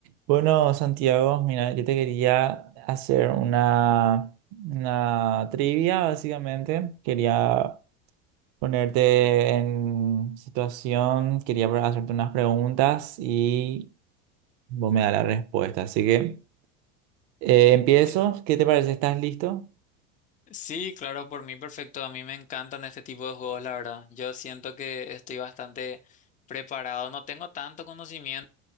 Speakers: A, on the right; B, on the left.
A: Bueno, Santiago, mira, yo te quería hacer una, una trivia, básicamente. Quería ponerte en situación, quería pre- hacerte unas preguntas y vos me das la respuesta. Así que eh, empiezo.
B: Eh,
A: ¿Qué te parece? ¿Estás listo?
B: Sí, claro, por mí perfecto. A mí me encantan este tipo de juegos, la verdad. Yo siento que estoy bastante preparado. No tengo tanto conocimiento